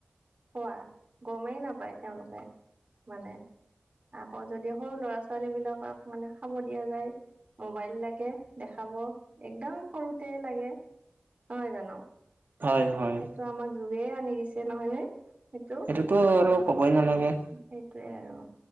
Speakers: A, on the right (about 45°); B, on the right (about 60°).
A: হোৱা গমেই নাপায় তেওঁলোকে মানে। আকৌ যদি সৰু ল'ৰা-ছোৱালী বিলাকক মানে খাব দিয়া যায় মোবাইল লাগে দেখাব একদম সৰুতে লাগে নহয় জানো।
B: হয়। হয়
A: এইেটো আমাক যুগে আনি দিছে নহয় নে সেইটো।
B: সেইটোতো আৰু ক'বই নালাগে।
A: সেইটোৱে আৰু